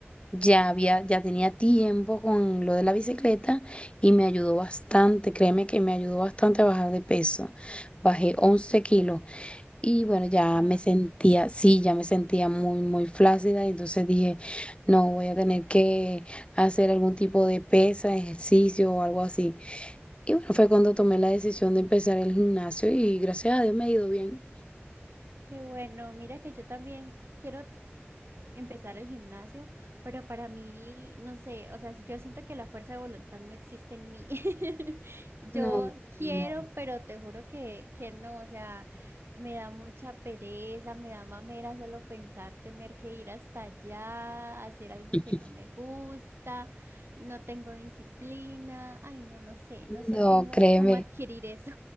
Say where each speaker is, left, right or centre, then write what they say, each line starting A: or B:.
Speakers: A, on the left; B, on the right.
A: ya había, ya tenía tiempo con lo de la bicicleta y me ayudó bastante, créeme que me ayudó bastante a bajar de peso. Bajé 11 kilos y bueno, ya
B: Wow.
A: me sentía, sí, ya me sentía muy, muy flácida. y Entonces dije, no, voy a tener que hacer algún tipo de pesa, ejercicio o algo así. Y bueno, fue cuando tomé la decisión de empezar el gimnasio y gracias a Dios me ha ido bien.
B: Qué bueno, mira que yo también quiero empezar el gimnasio, pero para mí, no sé, o sea, yo siento que la fuerza de voluntad no existe en mí. <laughs> Yo
A: No, no,
B: quiero, pero te juro que, que no, o sea, me da mucha pereza, me da mamera solo pensar tener que ir hasta allá, hacer algo
A: <laughs>
B: que no me gusta, no tengo disciplina, ay, no, no sé, no sé
A: no,
B: cómo,
A: créeme.
B: cómo adquirir eso.